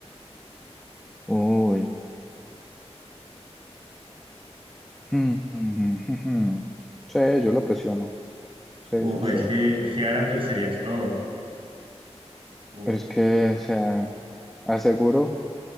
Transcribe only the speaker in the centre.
Uy. Hmm, hmm, hmm, hmm. Sí, yo lo presiono. Sí,
sí, sí.
Es que, o sea. Aseguro